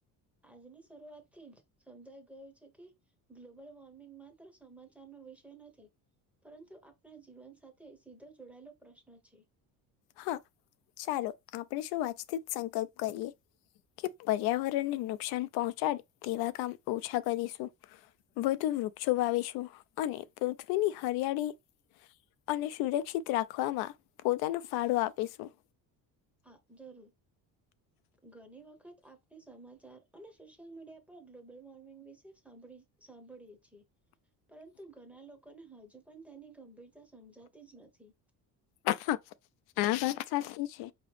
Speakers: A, in the centre; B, on the left.
A: આજની શરૂઆત થી જ સમજાઈ ગયું છે કે ગ્લોબલ વોર્મિંગ માત્ર સમાચાર નો વિષય નથી પરંતુ આપણા જીવન સાથે સીધો જોડાયેલો પ્રશ્ન છે
B: હા ચાલો આપણે સવ આજ થી જ સંકલ્પ કરીએ કે પર્યાવરણને નુકસાન પહોંચાડે તેવા કામ ઓછા કરીશું વધુ વૃક્ષો વાવીશું અને પૃથ્વીની હરિયાળી અને સુરક્ષિત રાખવામાં પોતાનો ફાળો આપીશું
A: હા જરૂર ઘણી વખત આપણે સમાચાર અને સોશિયલ મીડિયા પર ગ્લોબલ વોર્મિંગ વિશે સાંભળી સાંભળીએ છીએ પરંતુ ઘણા લોકોને હજુ પણ તેની ગંભીરતા સમજાતી જ નથી
B: હા આ વાત સાચી છે